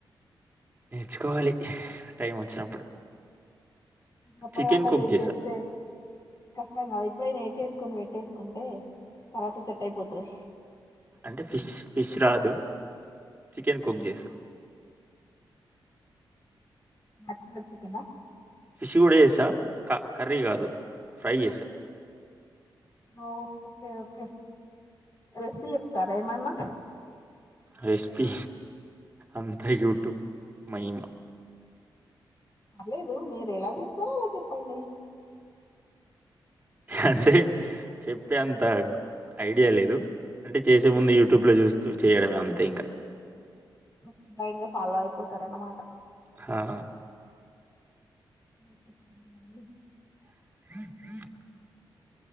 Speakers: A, on the right (about 20°); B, on the left (about 40°).
A: నేర్చుకోవాలి టైమ్ వచ్చినప్పుడు
B: అప్పటి
A: చికెన్
B: దాకా
A: కుక్
B: వెయిట్
A: చేసా
B: చేస్తే కష్టం కాదా ఇప్పుడే నేడ్చేసుకొని పెట్టేసుకుంటే తర్వాత సెట్ అయిపోతది.
A: అంటే ఫిష్ ఫిష్ రాదు చికెన్ కుక్ చేస్తా
B: మటను చికెనా
A: ఫిష్ కూడా చేస్తా కర్రీ కాదు ఫ్రై చేస్తా
B: ఓ ఓకే ఓకే రెసిపీ చెప్తారా ఏమన్నా
A: రెసిపీ అంత యూట్యూబ్ మయిమా
B: పర్లేేదు మీరు ఎలా చేస్తారో అలా చెప్పండి.
A: అంటే చెప్పే అంత ఐడియా లేదు అంటే చేసే
B: ఓకే
A: ముందు యూట్యూబ్లో చూస్తూ చేయడమే అంతే ఇంకా
B: ఒకే బ్లైండ్గా ఫాలో అయిపోతారన్నమాట
A: హా
B: <unintelligible>
A: <inaudible>